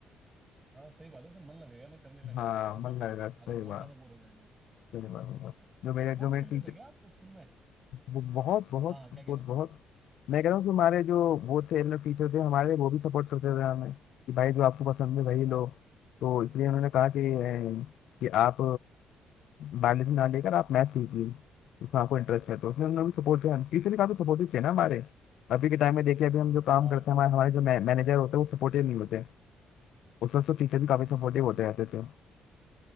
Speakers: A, on the right; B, on the left.
A: हाँ सही बात है उसे मन लगेगा ना करने में
B: हाँ
A: ऐसे
B: मन
A: तो फिर
B: लगेगा सही
A: आदमी बहुत
B: बात
A: ज्यादा बोर हो जाएगा
B: सही बात सही बात।
A: हाँ
B: जो मेरे
A: ये स्पोर्ट्स
B: जो मेरे
A: खेलते
B: टीचर
A: थे क्या आप स्कूल में
B: वो बहुत बहुत
A: हाँ हाँ क्या
B: सपोर्ट
A: कह रहे
B: बहुत
A: थे
B: मैं कह रहा हूँ कि हमारे जो वो थे मतलब टीचर थे हमारे वो भी सपोर्ट करते थे हमें कि भाई जो आपको पसंद है वही लो
A: हाँ हाँ
B: तो इसलिए उन्होंने कहा कि अ, कि आप बायोलॉजी ना लेकर आप मैथ लीजिए उसमें आपको इंटरेस्ट है तो उसमें उन्होंने भी सपोर्ट किया टीचर भी काफी सपोर्टिव थे ना हमारे अभी के टाइम में देखिए अभी हम जो काम
A: हाँ
B: करते हैं हमारे
A: टीचर
B: हमारे जो मैनेजर होते हैं वो सपोर्टिव नहीं होते उस वक्त तो टीचर भी काफी
A: सही बात
B: सपोर्टिव
A: है
B: होते
A: सब
B: रहते थे